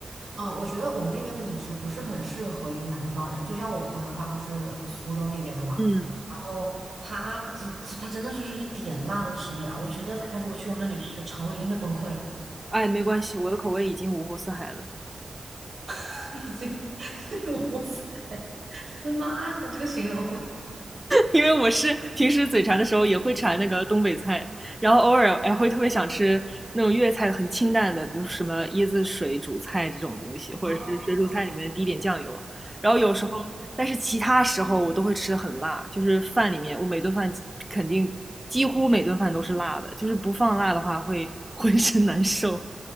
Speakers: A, on the right; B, in the centre.
A: 嗯、我觉得我们那边的饮食不是很适合于南方人。就像我朋友，他不是苏州那边的嘛，
B: 嗯，
A: 然后他这这他真的就是一点辣都吃不了。我觉得他如果去我那里吃，肠胃一定会崩溃。
B: 哎，没关系，我的口味已经五湖四海了。
A: <laughs> 已经，<laughs> 哇塞，我的妈呀，这个形容
B: 因为我是平时嘴馋的时候也会馋那个东北菜，然后偶尔还会特别想吃那种粤菜很清淡的，比如什么椰子水煮菜这种东西，或者是水煮菜里面滴一点酱油。
A: 啊，
B: 然后有时候，
A: 哦，
B: 但是其他时候我都会吃很辣，就是饭里面我每顿饭肯定几乎每顿饭都是辣的，就是不放辣的话会浑身难受。